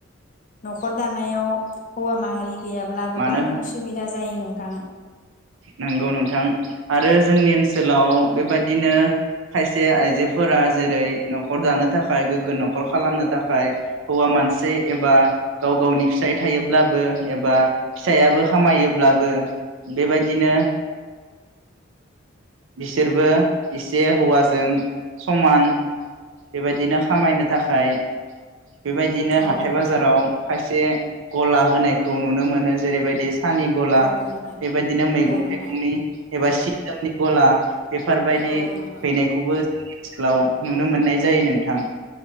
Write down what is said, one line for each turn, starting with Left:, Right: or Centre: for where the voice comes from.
Left: न'खर दानायाव हौवा माहारि गैयाब्ला गोबां
Right: मानो
Left: उसुबिदा जायो नों नोंथां
Right: नोंगौ नोंथां आरो जोंनि ओनसोलाव बेबायदिनो खायसे आइजोफोरा जेरै न'खर दानो थाखाय गोग्गो न'खर खालामनो थाखाय हौवा मानसि एबा गाव गावनि फिसाय थायोब्लाबो एबा फिसायाबो खामायोब्लाबो बेबायद दिनो बिसोरबो इसे हौवाजों समान बेबायदिनो खामायनो थाखाय बेबायदिनो
Left: औ
Right: हाथाय
Left: नोंथां
Right: बाजाराव खायसे गला होनायखौ नुनो मोनो जेरैबायदि सानि गला
Left: औ नोंथां
Right: बेबायदिनो मैगं
Left: औ नोंथां
Right: थाइगंनि एबा सि गला बेफारबायदि
Left: औ नोंथां
Right: फैनायखौबो <inaudible> ओनसोलाव नुनो मोननाय जायो नोंथां।